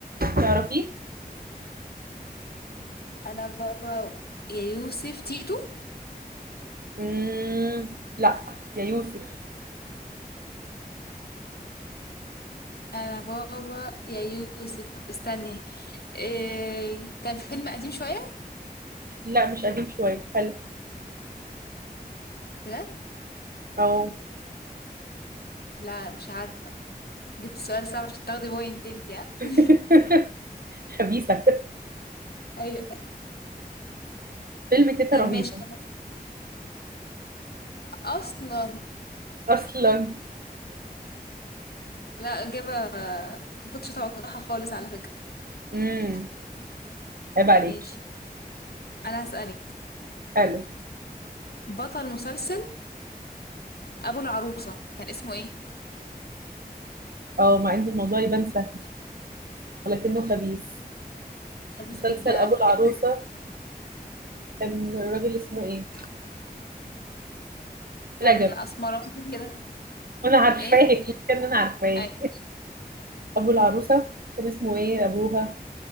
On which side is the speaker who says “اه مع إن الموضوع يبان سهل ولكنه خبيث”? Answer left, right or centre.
Right